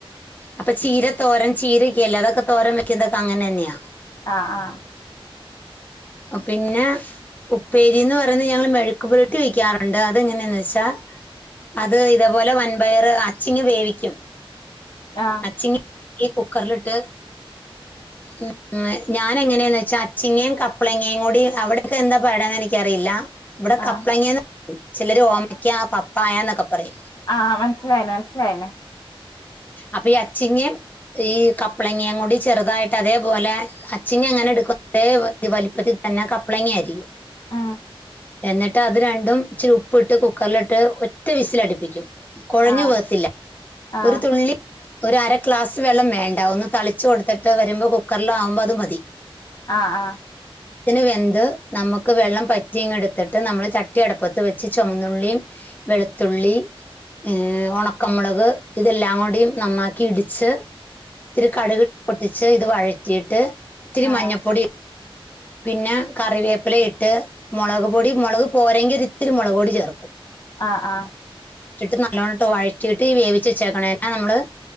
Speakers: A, on the left (about 20°); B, on the left (about 45°).
A: അപ്പൊ ചീര തോരം ചീരക്കല്ലേ അതൊക്കെ തോരം വെക്കുന്നതൊക്കെ അങ്ങനെന്യ
B: ആഹ ആഹ
A: പിന്നെ ഉപ്പേരിന്ന് പറയുന്നത് ഞങ്ങള് മെഴുക്കു പുരുട്ടി വെക്കാറുണ്ട് അത് എങ്ങനെയന്ന് വെച്ചാ അത് ഇതേപോലെ വൻപയർ അച്ചിങ്ങങ് വേവിക്കും
B: ആഹ് ആഹ് ആഹ്
A: അച്ചിങ് ഇ കുക്കറിലിട്ട് ഉം മ്മ് ഞാൻ എങ്ങനേന്ന് വെച്ചാ അച്ചിങ്ങേയും കപ്പ് അപ്പളങ്ങേ കൂടി അവിടത്തെ എന്താ പറയെന്ന്നിക്കറിയില്ല ഇവിടെ
B: ആഹ്
A: കപ്പളങ്ങ ചിലര് ഓമക്ക പപ്പായന്നൊക്കെ പറയും
B: ആ മനസ്സിലായിന മനസ്സിലായിനേ
A: അപ്പൊ ഈ അച്ചിങ്ങേമഈ കപ്പ്ളങ്ങയും കൂടി ചെറുതായിട്ട് അതേപോലെ അച്ചിങ്ങ എങ്ങനെ ഇട്ക്കു ഏവ് ഈ വലിപ്പത്തി തന്നെ കപ്പ്ളങ്ങ അരിയും
B: ആ
A: എന്നിട്ട് അത് രണ്ടും ഇച്ചിരി ഉപ്പ്ട്ട് കുക്കറിലിട്ട് ഒറ്റ വിസിലടിപ്പിക്കും കൊഴഞ്ഞു
B: ആഹ്
A: പോവത്തില്ല
B: ആഹ്
A: ഒരു തുള്ളി ഒര ഗ്ലാസ് വെള്ളം വേണ്ട ഒന്ന് തളിച്ചു കൊടുത്തിട്ട് വരുമ്പോൾ കുക്കറില ആകുമ്പോ അത് മതി
B: ആഹ് ആഹ്
A: അതിന് വെന്ത് നമുക്ക് വെള്ളം പറ്റിയങ്ങ എടുത്തിട്ട് നമ്മള് ചട്ടിയടപ്പത്ത് വെച്ച് ചുമന്നുള്ളിയും വെളുത്തുള്ളി ഏർ ഉണക്കമുളക് ഇതെല്ലാം കൂടിും നന്നാക്കി ഇടിച്ച് ഇത്തിരി കടുക്ി പൊട്ടിച്ച് ഇത് വഴറ്റിയിട്ട് ഇതിരിമഞ്ഞപ്പൊടി
B: ആഹ്
A: പിന്നെ കറിവേപ്പില ഇട്ട് മുളക് പൊടി മുളക് പോരെങ്കിൽ ഇത്തിരി മുളക് പൊടി ചേർക്കും
B: ആ ആ
A: ഇിട്ട് നല്ലോണ്ണംിട്ട് വഴറ്റിയിട്ട് വേവിച്ച വെച്ചക്കണേനെ നമ്മള്